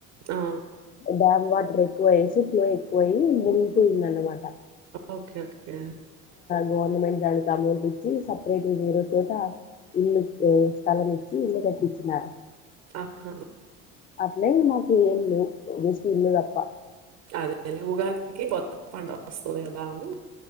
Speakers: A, on the right; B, on the left.
A: ఆ!
B: దాన్ని వట్ ర్ ఎక్కువయేసి ఫ్లో ఎక్కువయి మునిగిపోయిందనమాట.
A: ఓకె ఓకె డ్య
B: గవర్నమెంట్ దానికి అమౌంట్ ఇచ్చి సపరేట్గా ఇంగో చోట ఇల్లు ఉ స్థలం ఇచ్చి ఇల్లు కట్టిచ్చినారు.
A: ఆహా!
B: అట్లే మా ఏం లేవు జస్ట్ ఇల్లు దప్ప
A: అదే <unintelligible> ఉగాదికి కొత్త పంట వస్తది కదా అని